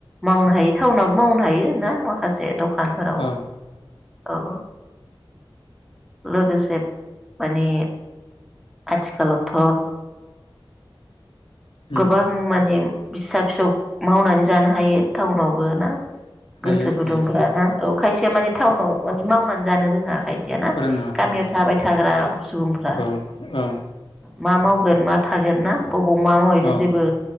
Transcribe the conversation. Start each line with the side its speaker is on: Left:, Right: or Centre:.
Centre: मावनो हायो टाउनाबो मावनो हायो ना माखासे दखान खानफोराव
Left: औ
Centre: औ लोगोसे मानि आथिखालावथ
Left: उम
Centre: गोबां माने फिसा फिसौ मावनानै जानो हायो टाउनावबो ना
Left: हायो
Centre: गोसो गुदुंफ्रा
Left: हायो
Centre: ना औ खायसे माने टाउनाव माने मावनानै जानो रोङाखाय जाना
Left: रोङा
Centre: गामियाव
Left: रोङा
Centre: थाबाय थाग्रा सुबुंफ्रा
Left: औ औ
Centre: मा मावगोन मा थागोन ना बबाव मा मावै
Left: औ
Centre: जेबो